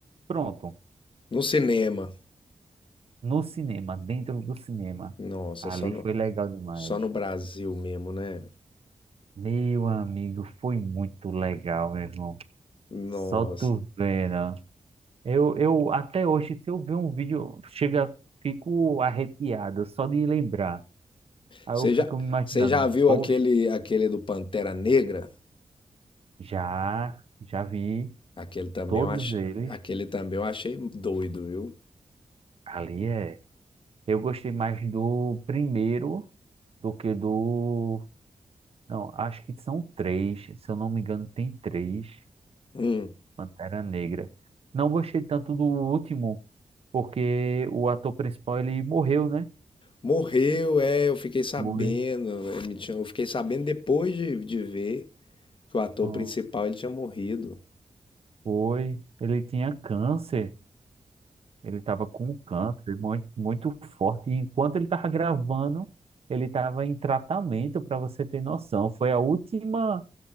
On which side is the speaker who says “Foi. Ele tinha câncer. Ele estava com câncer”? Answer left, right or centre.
Right